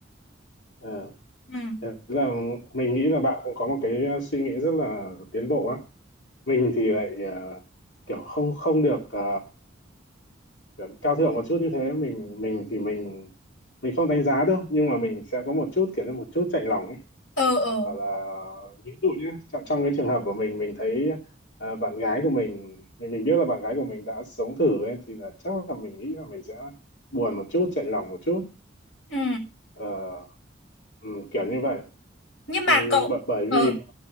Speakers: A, on the left; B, on the left.
A: ờ.
B: ừ
A: Thế là mình nghĩ là bạn cũng có một cái ờ, suy nghĩ rất là tiến bộ á mình thì lại ờ, kiểu không không được ờ, kiểu cao thượng một chút như thế mình mình thì mình mình không đánh giá đâu nhưng mà mình sẽ có một chút kiểu như một chút chạnh lòng ấy
B: ờ ờ
A: và là ví dụ nhé trong, trong cái trường hợp của mình mình thấy à, bạn gái của mình mình mình biết là bạn gái của mình đã sống thử ấy, thì là chắc là mình nghĩ là mình sẽ buồn một chút chạnh lòng một chút
B: ừ
A: Ờ, ừ, kiểu như vậy
B: nhưng mà
A: thì
B: cậu
A: bởi, bởi
B: ờ
A: vì